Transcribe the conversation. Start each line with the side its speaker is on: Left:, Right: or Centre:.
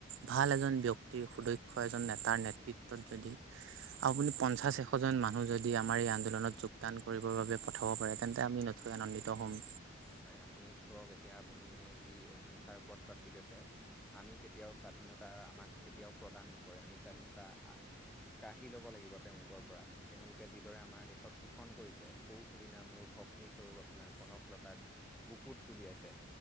Right: ভাল এজন ব্যক্তিৰ সুদক্ষ এজন নেতাৰ নেতৃত্বত যদি আপুনি পঞ্চাশ এশ জন মানুহ যদি আমাৰ এই আন্দোলনত যোগদান কৰিবৰ বাবে পঠাব পাৰে তেন্তে আমি নথৈ আনন্দিত হ'ম।
Centre: হয় আপুনি চাওক এতিয়া আপুনি যি অহিংসাৰ পথ বাচি লৈছে আমি কেতিয়াও স্বাধীনতা আমাক কেতিয়াও প্ৰদান নকৰে আমি। চাৰি ঘণ্টা অ কি ল'ব লাগিব তেওঁলোকৰ পৰা তেওঁলোকে যিদৰে আমাৰ দেশত শোষণ কৰিছে সৰু সিদিনা মোৰ ভগ্নীস্বৰূপ আপোনাৰ কনক লতাক বুকুত কুলি আছে